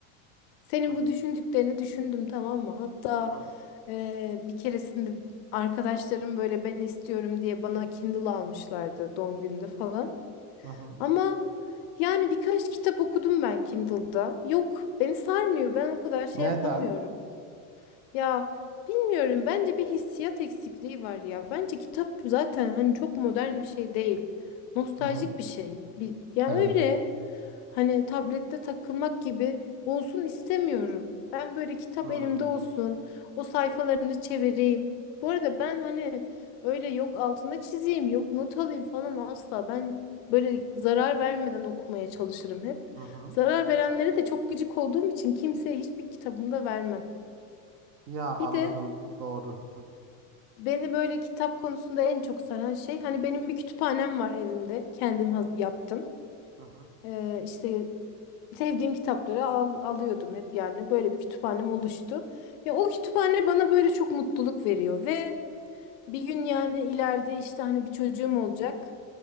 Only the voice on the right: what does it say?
Hı
hı.
Hı hı.
Neden?
Hı hı.
Evet.
Hmm.
Hı hı.
Ya anladım
doğru. Hı
hı.